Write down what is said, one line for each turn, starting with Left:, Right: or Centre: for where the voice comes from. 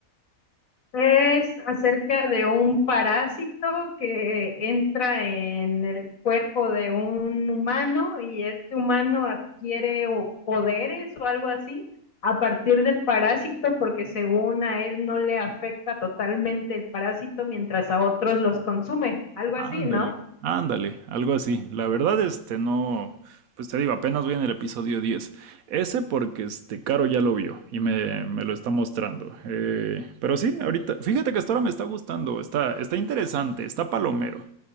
Left: Es acerca de un parásito que entra en el cuerpo de un humano y este humano adquiere o poderes o algo así a partir del parásito porque según a él no le afecta totalmente el parásito mientras a otros los consume, algo
Right: Ándale,
Left: así, ¿no?
Right: ándale, algo así. La verdad, este, no, pues te digo, apenas voy en el episodio diez, Ese porque, este, Caro ya lo vio y me, me lo está mostrando. Eh, pero sí, ahorita, fíjate que hasta ahora me está gustando, está, está interesante, está palomero.